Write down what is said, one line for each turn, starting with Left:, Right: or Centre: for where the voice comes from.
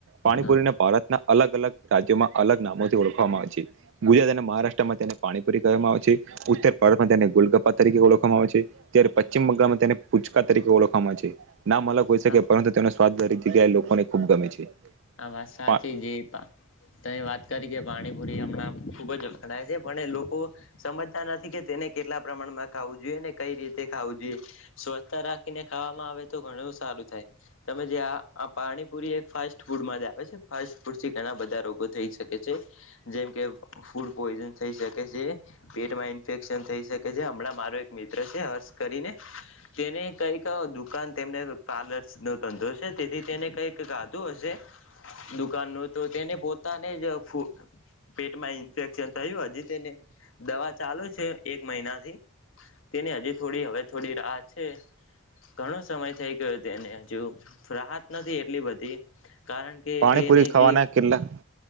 Right: પાણી
Left: હા
Right: પુરીને ભારતના અલગ અલગ રાજ્યોમાં અલગ નામોથી ઓળખવામાં આવે છે ગુજરાત અને મહારાષ્ટ્રમાં તેને પાણીપુરી કહેવામાં આવે છે ઉત્તર ભારતમાં તેને ગોલગપ્પા તરીકે ઓળખવામાં આવે છે ત્યારે પશ્ચિમ બંગાળમાં તેને પૂચકા તરીકે ઓળખવામાં આવે છે ના અલગ હોઈ શકે
Left: હા
Right: પરંતુ તેનો સ્વાદ દરેક જગ્યા એ લોકોને ખુબ ગમે છે
Left: આ વાત સાચી
Right: પા
Left: જે ત વાત કરીકે પાણીપુરી હમણાં ખુબ જ વખડાય છે પણ એ લોકો સમજતા નથી કે તેને કેટલા પ્રમાણમાં ખાવું જોઈએ ને કઈ રીતે ખાવું જોઈએ સ્વસ્થ રાખીને ખાવામાં આવે તો ઘણું સારું થાય તમે જે આ પાણીપુરી એક ફાસ્ટ ફાસ્ટ ફૂડમાં જ આવે છે ફાસ્ટ ફૂડથી ઘણા બધા રોગો થઈ શકે છે જેમ કે ફૂડ પોઈઝન થઈ શકે છે પેટમાં ઇન્ફેક્શન થઈ શકે છે હમણાં મારો એક મિત્ર છે હર્ષ કરીને તેને કઈક દુકાન તેમને પાર્લર્સ નો ધંધોષ છે તેથી તેને કંઈક ગાધું હશે દુકાન ન તો તેને પોતે પોતાને જ પેટમાં ઈન્ફેક્શન થયું હજી તેને દવા ચાલુ છે એક મહિનાથી તેની હજીુ થોડી હવે થોડી રાહત છે ઘણો સમય થઈ ગયો તેને હજુ રાહત નથી એટલી બધી <unintelligible> કારણ કે
Right: પાણીપુરી
Left: તેને
Right: ખાવાના
Left: જે
Right: કેટલા